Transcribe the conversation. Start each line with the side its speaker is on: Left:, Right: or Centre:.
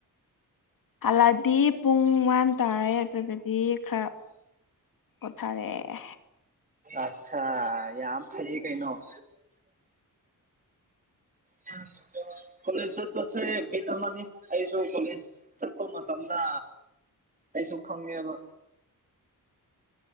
Left: ꯍꯜꯂꯛꯑꯗꯤ ꯄꯨꯡ ꯋꯥꯟ ꯇꯥꯔꯦ ꯑꯗꯨꯒꯗꯤ ꯈꯔ ꯀꯊꯔ
Right: ꯑꯆꯥꯥ ꯌꯥꯝ ꯐꯩ ꯀꯩꯅꯣ ꯑ <inaudible> ꯀꯣꯂꯦꯖ ꯆꯠꯄꯁꯦ ꯕꯤꯠ ꯑꯃꯅꯤ ꯑꯩꯁꯨ ꯀꯣꯂꯦꯖ ꯆꯠꯄ ꯃꯇꯝꯗ ꯑꯩꯁꯨ ꯈꯪꯉꯦꯕ
Left: <unintelligible>